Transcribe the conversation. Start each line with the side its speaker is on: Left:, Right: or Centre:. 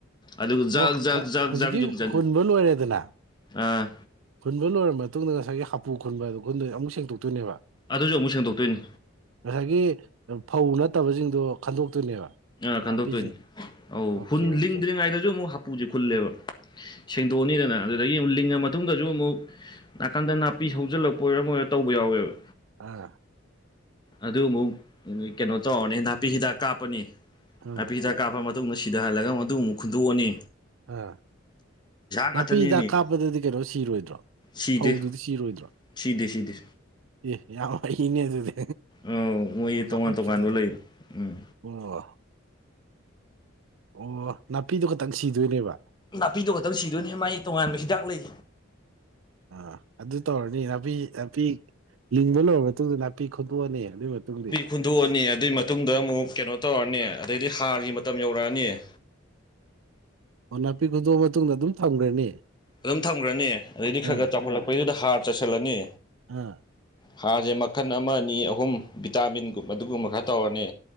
Left: ꯑꯗꯨꯒ ꯖꯛ
Right: ꯑꯣ
Left: ꯖꯛ ꯖꯛ
Right: ꯍꯧꯖꯤꯛꯀꯤ
Left: ꯖꯛ ꯌꯨꯡꯖꯟ
Right: ꯍꯨꯟꯕ ꯂꯣꯏꯔꯦꯗꯅ
Left: ꯑꯥ
Right: ꯈꯨꯟꯕ ꯂꯣꯏꯔꯕ ꯃꯇꯨꯡꯗ ꯉꯁꯥꯏꯒꯤ ꯍꯥꯄꯨ ꯈꯨꯟꯕ ꯑꯗꯨꯣ ꯈꯨꯟ ꯑꯃꯨꯛ ꯁꯦꯡꯗꯣꯛꯇꯣꯏꯅꯦꯕ
Left: ꯑꯗꯨꯁꯨ ꯑꯃꯨꯛ ꯁꯦꯡꯗꯣꯛꯇꯣꯏꯅꯤ
Right: ꯉꯁꯥꯏꯒꯤ ꯐꯧ ꯅꯠꯇꯕꯁꯤꯡꯗꯣ ꯈꯟꯗꯣꯛꯇꯣꯏꯅꯦꯕ
Left: ꯑꯥ ꯈꯟꯗꯣꯛꯇꯣꯏꯅꯤ
Right: ꯅꯥꯄꯤꯁꯤꯡ
Left: ꯑꯧꯟ
Right: ꯑꯣꯀꯦ ꯑꯣꯀꯦ
Left: ꯂꯤꯡꯗ꯭ꯔꯤꯉꯩꯗꯁꯨ ꯑꯃꯨꯛ ꯍꯥꯄꯨꯁꯦ ꯈꯨꯜꯂꯦꯕ ꯁꯦꯡꯗꯣꯛꯑꯅꯤꯗꯅ ꯑꯗꯨꯗꯒꯤ ꯑꯃꯨꯛ ꯂꯤꯡꯉ ꯃꯇꯨꯡꯗꯁꯨ ꯑꯃꯨꯛ ꯅꯥꯀꯟꯗ ꯅꯥꯄꯤ ꯁꯧꯖꯤꯜꯂꯛꯄ ꯑꯣꯏꯔ ꯑꯃ ꯑꯣꯏꯔꯣ ꯇꯧꯕ ꯌꯥꯎꯋꯦꯕ
Right: ꯑꯥ
Left: ꯑꯗꯨ ꯑꯃꯨꯛ ꯀꯩꯅꯣ ꯇꯧꯔꯅꯤ ꯅꯥꯄꯤ ꯍꯤꯗꯥꯛ ꯀꯥꯞꯄꯅꯤ
Right: ꯑꯥ
Left: ꯅꯥꯄꯤ ꯍꯤꯗꯥꯛ ꯀꯥꯞꯄ ꯃꯇꯨꯡꯗ ꯁꯤꯗꯍꯜꯂꯒ ꯃꯗꯨ ꯑꯃꯨꯛ ꯈꯨꯨꯟꯗꯣꯛꯑꯅꯤ
Right: ꯑꯥ
Left: ꯉꯥꯛꯇꯅꯦꯃꯤ
Right: ꯅꯥꯄꯤ ꯍꯤꯗꯥꯛ ꯀꯥꯞꯄꯗꯗꯤ ꯀꯩꯅꯣ ꯁꯤꯔꯣꯏꯗ꯭ꯔꯣ
Left: ꯁꯤꯗꯦ
Right: ꯐꯧꯗꯨꯗꯤ ꯁꯤꯔꯣꯏꯗ꯭ꯔꯣ
Left: ꯁꯤꯗꯦ ꯁꯤꯗꯦ
Right: ꯑꯦ ꯌꯥꯝ ꯋꯥꯩꯅꯦ ꯑꯗꯨꯗꯤ
Left: ꯑ ꯃꯣꯏ
Right: ꯌꯥꯝ
Left: ꯇꯣꯉꯥꯟ
Right: ꯆꯥꯎꯈꯠꯄꯖꯥꯠꯅꯤ
Left: ꯇꯣꯉꯥꯟꯕ ꯂꯩ ꯎꯝ
Right: ꯑꯣ ꯑꯣ ꯅꯥꯄꯤꯗꯨꯣ ꯈꯇꯪ ꯁꯤꯗꯣꯏꯅꯦꯕ
Left: ꯅꯥꯄꯤꯗꯣ ꯈꯛꯇꯪ ꯁꯤꯗꯣꯏꯅꯦ ꯃꯒꯤ ꯇꯣꯉꯥꯟꯕ ꯍꯤꯗꯥꯛ ꯂꯩ
Right: ꯑꯥ ꯑꯗꯨ ꯇꯧꯔꯅꯤ ꯅꯥꯄꯤ ꯅꯥꯄꯤ ꯂꯤꯡꯕ ꯂꯣꯏꯔꯕ ꯃꯇꯨꯡꯗ ꯅꯥꯄꯤ ꯄꯄꯤ ꯈꯨꯗꯣꯛꯑꯅꯤ ꯑꯗꯨꯒꯤ ꯃꯇꯨꯡꯗꯤ
Left: ꯍꯨꯟꯗꯣꯛꯑꯅꯤ ꯑꯗꯨꯏ ꯃꯇꯨꯡꯗ ꯑꯃꯨꯛ ꯀꯩꯅꯣ ꯇꯧꯔꯛꯅꯤ ꯑꯗꯩꯗꯤ ꯍꯥꯔꯒꯤ ꯃꯇꯝ ꯌꯧꯔꯛꯑꯅꯤ
Right: ꯑꯣ ꯅꯥꯄꯤ ꯈꯨꯗꯣꯛꯑ ꯃꯇꯨꯡꯗ ꯑꯗꯨꯝ ꯊꯝꯈ꯭ꯔꯅꯤ
Left: ꯑꯗꯨꯝ ꯊꯝꯈ꯭ꯔꯅꯤ ꯑꯗꯩꯗꯤ ꯈꯔ
Right: ꯑꯥ
Left: ꯈꯔ ꯆꯥꯎꯈꯠꯂꯛꯄꯩꯗꯨꯗ ꯍꯥꯔ ꯆꯥꯏꯁꯤꯜꯂꯅꯤ
Right: ꯑꯥ
Left: ꯍꯥꯁꯦ ꯃꯈꯜ ꯑꯃ ꯑꯅꯤ ꯑꯍꯨꯝ ꯚꯤꯇꯥꯃꯤꯟꯒꯨꯝꯕ ꯑꯗꯨꯒꯨꯝꯕ ꯈꯔ ꯇꯧꯔꯅꯤ